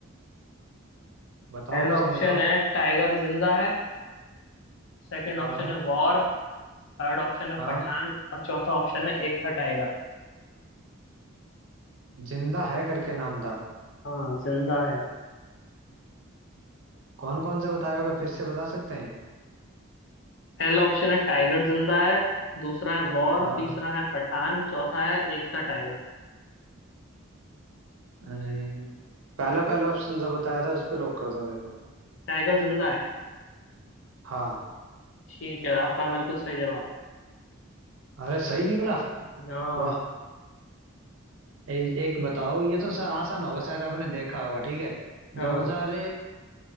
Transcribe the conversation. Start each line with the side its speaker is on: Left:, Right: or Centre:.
Right: बताओ
Left: पहला
Right: ऑप्शन
Left: ऑप्शन
Right: बताओ
Left: है टाइगर जिंदा है सेकंड
Right: हाँ
Left: ऑप्शन है वॉर थर्ड ऑप्शन है
Right: हाँ
Left: पठान और चौथा ऑप्शन है एक था टाइगर
Right: जिंदा है करके नाम था
Left: हाँ जिंदा है
Right: कौन कौन सा बताया होगा फिर से बता सकते हैं
Left: पहला ऑप्शन है टाइगर जिंदा है दूसरा है वॉर
Right: हाँ
Left: तीसरा है पठान चौथा है एक था टाइगर
Right: अम्म, पहला पहला ऑप्शन जो बताया था उस पे लॉक कर दो देखो
Left: टाइगर जिंदा है
Right: हाँ
Left: ठीक है आपका बिल्कुल सही जवाब
Right: अरे सही निकला
Left: हाँ
Right: वाह ए, एक बताओ ये तो सा- आसान होगा शायद आपने देखा होगा ठीक है 2000
Left: हाँ